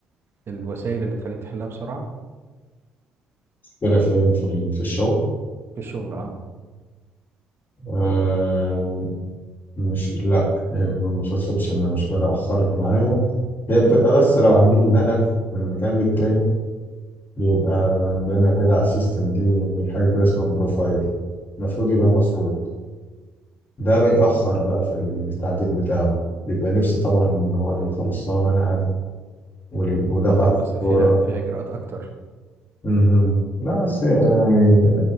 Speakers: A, on the right; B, on the left.
A: الوسائل اللي تخليك تحلها بسرعة
B: كده في في في الشغل
A: في الشغل اه
B: آه، مش لا هي ما شفتش ان المشكله اخرت معايا هي بتبقى
A: مم.
B: بس لو عميل نقل من مكان للتاني بيبقى عندنا كده على السيستم دي من حاجه كده اسمها بروفايل المفروض يبقى
A: مم.
B: مسروق ده بيأخر بقى في التعديل بتاعه بيبقى نفسه طبعا ان هو ايه خلاص طالما نقل وال- ودفع
A: اه طبعا
B: الفاتوره
A: بس فيها فيها اجراءات اكتر
B: مهم. لا بس يعني